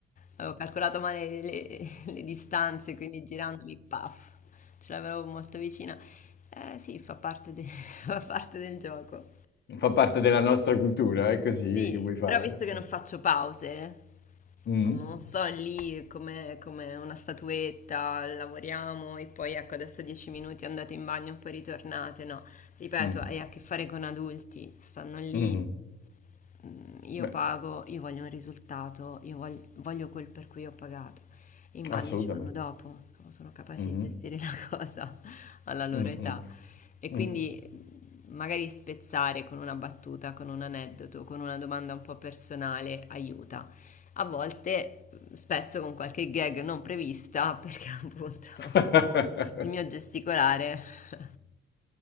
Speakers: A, on the left (about 40°); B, on the left (about 60°).
A: avevo calcolato male le, le distanze, quindi girandomi, paf, ce l'avevo molto vicina. Eh sì, fa parte, de- <laughs> fa parte del gioco.
B: Fa parte della nostra cultura, è così
A: Sì,
B: che vuoi fare.
A: però visto che non faccio pause,
B: Mm,
A: non non sto lì come, come una statuetta, lavoriamo e poi ecco adesso 10 minuti andate in bagno e poi ritornate, no. Ripeto,
B: mm,
A: hai a che fare con adulti, stanno lì
B: mhm.
A: mh, io
B: Beh,
A: pago, io voglio un risultato, io voglio, voglio quel per cui ho pagato. I bagni
B: assolutamente.
A: ci vanno dopo, insomma, sono capaci
B: Mhm,
A: di gestire la <laughs> cosa alla loro
B: mm,
A: età.
B: mm,
A: E quindi
B: mm.
A: mh, magari spezzare con una battuta, con un aneddoto, con una domanda un po' personale aiuta. A volte mh, spezzo con qualche gag non prevista perché <laughs> appunto
B: <laughs>
A: il mio gesticolare <laughs>